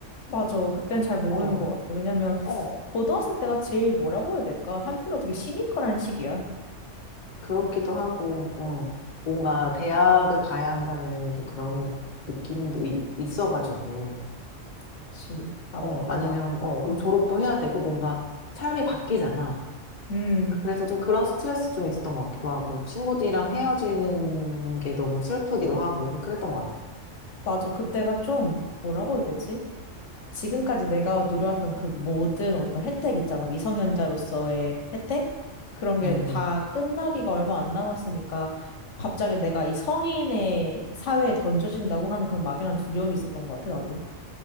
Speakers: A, on the left; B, on the left.
A: 맞아. 그땐 잘 모르는
B: 어,
A: 것 같아. 왜냐면,
B: 어,
A: 고등학생 때가 제일 뭐라고 해야 될까? 한편으로 되게 시니컬한 시기야.
B: 그렇기도 하고, 어, 뭔가 대학을 가야 한다는 좀 그런 느낌도 이- 있어가지고,
A: 그치. 압박도
B: 어, 아니면,
A: 많고.
B: 어, 그리고
A: 음.
B: 졸업도 해야 되고, 뭔가 삶이 바뀌잖아.
A: 음,
B: 그래서 좀 그런 스트레스 좀 있었던 것 같기도 하고, 친구들이랑 헤어지는 게 너무 슬프기도 하고, 좀 그랬던 것 같아.
A: 맞아. 그때가 좀, 뭐라고 해야 되지? 지금까지 내가 누려왔던 그 모든 어떤 혜택 있잖아. 미성년자로서의 혜택? 그런 게
B: 음,
A: 다 끝나기가 얼마 안 남았으니까 갑자기 내가 이 성인의 사회에 던져진다고 하는 그런 막연한 두려움이 있었던 것 같아, 나도.